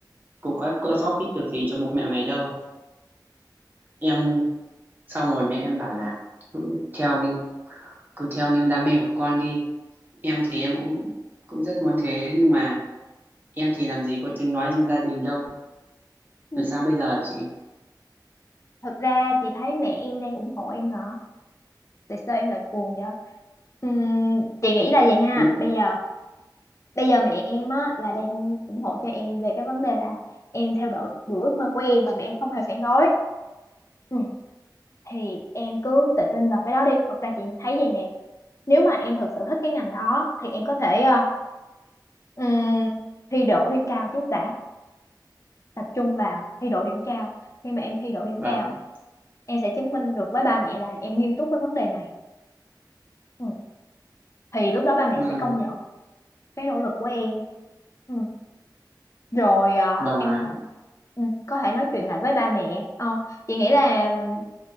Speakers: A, on the right (about 25°); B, on the left (about 40°).
A: cũng có có giúp ích được gì cho bố mẹ mày đâu em xong rồi mẹ em bảo là cứ theo như cứ theo như đam mê của con đi em thì em cũng cũng rất muốn thế nhưng mà em thì làm gì có tiếng nói trong gia đình đâu
B: Ừ.
A: làm sao bây giờ chị
B: Thật ra chị thấy mẹ em đang ủng hộ em mà Tại sao em lại buồn vậy? Ừm, chị nghĩ là vậy ha
A: nhưng
B: Bây giờ bây giờ mẹ em á là đang ủng hộ cho em về cái vấn đề là em theo đuổi, đuổi ước mơ của em và mẹ em không hề phản đối ừ. Thì em cứ tự tin vào cái đó đi Thật ra chị thấy vậy nè Nếu mà em thực sự thích cái ngành đó Thì em có thể ờ, ừm, thi đỗ điểm cao trước đã Tập trung vào thi đỗ điểm cao Khi mà em thi đỗ điểm
A: vâng
B: cao em sẽ chứng minh được với ba mẹ là em nghiêm túc với vấn đề này ừ. thì lúc đó ba mẹ
A: ừ,
B: sẽ công nhận cái nỗ lực của em ừ. rồi à,
A: vâng
B: em
A: ạ
B: ừ, có thể nói chuyện lại với ba mẹ Ờ, chị nghĩ là ừm,